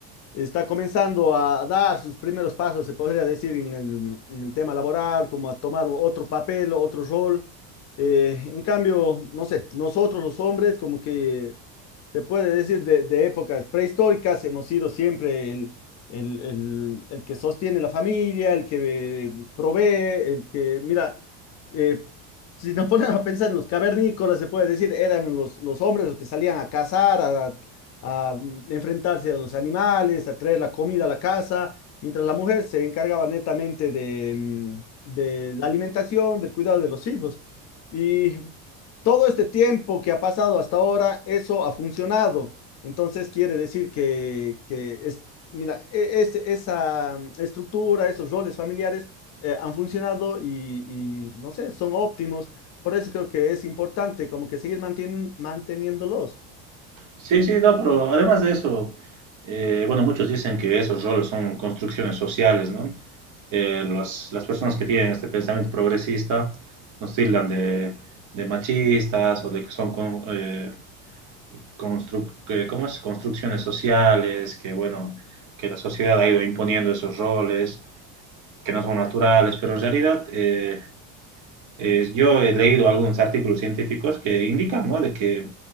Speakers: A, on the left; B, on the right.
A: está comenzando a dar sus primeros pasos, se podría decir, en el, en el tema laboral, como a tomar otro papel, otro rol. Eh, en cambio, no sé, nosotros los hombres como que se puede decir, de, de épocas prehistóricas, hemos sido siempre el, el, el- el que sostiene la familia, el que eh, provee, el que, mira, eh, si nos <laughs> ponemos a pensar en los cavernícolas, se puede decir, eran los, los hombres los que salían a cazar, a, a, mm, enfrentarse a los animales, a traer la comida a la casa, mientras la mujer se encargaba netamente de, mm, de la alimentación, del cuidado de los hijos. Y todo este tiempo que ha pasado hasta ahora, eso ha funcionado. Entonces quiere decir que, que es, mira, e- es- esa mm, estructura, esos roles familiares eh, han funcionado y, y, no sé, son óptimos. Por eso creo que es importante como que seguir mantien- manteniéndolos.
B: Sí, sí, no, pero además de eso, eh, bueno, muchos dicen que esos roles son construcciones sociales, ¿no? Eh, los- las personas que tienen este pensamiento progresista nos tildan de, de machistas o de que son con- eh, construc- que- ¿cómo es? construcciones sociales, que bueno, que la sociedad ha ido imponiendo esos roles que no son naturales, pero en realidad eh, eh, yo he leído algunos artículos científicos que indican, ¿no? de que